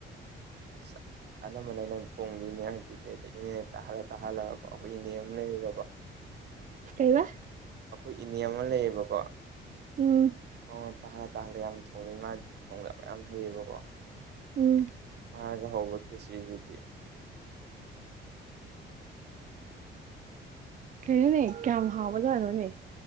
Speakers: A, on the right; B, on the right.
A: ꯁ <unintelligible> ꯑꯅꯝꯕꯅ ꯑꯩꯅ ꯆꯣꯡꯕꯤꯅꯤ ꯍꯥꯏꯗꯤ ꯏꯅꯦ ꯇꯥꯍꯜꯂ ꯇꯥꯍꯜꯂꯒꯀꯣ ꯑꯩꯈꯣꯏ ꯏꯅꯦ ꯑꯃ ꯂꯩꯌꯦꯀꯣ
B: ꯀꯩꯕ
A: ꯑꯩꯈꯣꯏ ꯏꯅꯦ ꯑꯃ ꯂꯩꯌꯦꯕꯀꯣ
B: ꯎꯝ
A: ꯃꯉꯣꯟꯗ ꯇꯥꯅ ꯇꯥꯅ ꯌꯥꯝ ꯊꯣꯡꯉꯦ ꯃꯥꯒꯤ ꯊꯣꯡꯗꯕ ꯌꯥꯝ ꯍꯩꯌꯦꯕꯀꯣ
B: ꯎꯝ
A: ꯃꯥꯅꯒ ꯍꯧꯕ ꯈꯦꯇ꯭ꯔꯤꯁꯤꯗꯤ
B: ꯀꯩꯅꯣꯅꯦ ꯀꯌꯥꯝ ꯍꯥꯎꯕꯖꯥꯠꯅꯣꯅꯦ